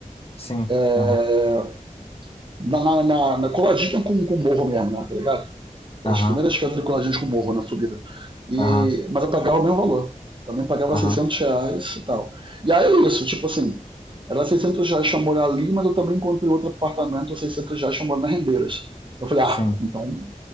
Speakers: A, on the left; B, on the right.
A: sim,
B: É,
A: aham,
B: na, na, na, na coladinha com, com o morro mesmo, né, tá ligado?
A: aham,
B: as primeiras quadriculagens com morro na subida. E,
A: aham,
B: mas eu pagava o mesmo valor. Também pagava
A: aham,
B: 600 reais e tal. E aí é isso, tipo assim, era 600 reais pra morar ali, mas eu também encontrei outro apartamento, 600 reais pra morar na Rendeiras. Eu falei,
A: sim.
B: ah, então